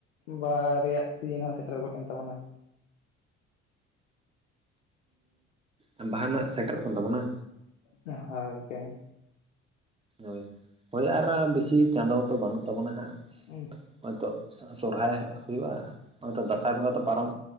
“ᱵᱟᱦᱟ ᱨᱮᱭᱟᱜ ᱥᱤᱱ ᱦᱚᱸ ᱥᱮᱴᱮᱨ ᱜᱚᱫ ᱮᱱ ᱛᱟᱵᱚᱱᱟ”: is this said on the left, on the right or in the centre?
Left